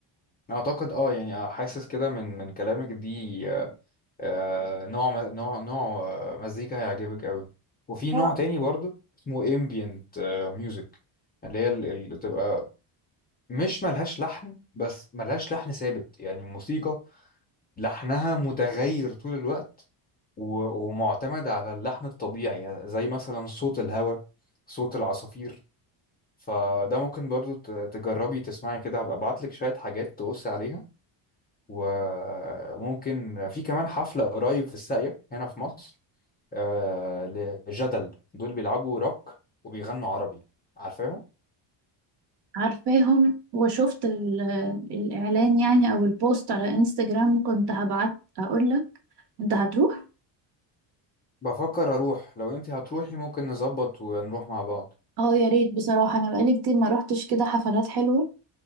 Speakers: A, on the left; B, on the right.
A: اعتقد اه يعني حاسس كده من من كلامك دي آه، آه، نوع م- نوع نوع آه، مزيكا هيعجبك قوي وفي
B: اه
A: نوع تاني برضو اسمه ambient آه، music اللي هي ال- اللي تبقى مش ملهاش لحن بس ملهاش لحن ثابت يعني موسيقى لحمها متغير طول الوقت و- ومعتمد على اللحن الطبيعي يعني زي مثلا صوت الهواء صوت العصافير فده ممكن برضو ت- تجربي تسمعي كده هبقى ابعتلك شوية حاجات تبصي عليها وممكن في كمان حفلة قريب في الساقية هنا في مصر آه، لجدل دول بيلعبوا روك وبيغنوا عربي عارفاهم
B: عارفاهم وشفت ال- الإعلان يعني أو البوست على انستجرام كنت هبعت أقولك أنت هتروح؟
A: بفكر اروح لو انتي هتروحي ممكن نظبط ونروح مع بعض
B: اه يا ريت بصراحة أنا بقالي كتير ما روحتش كده حفلات حلوة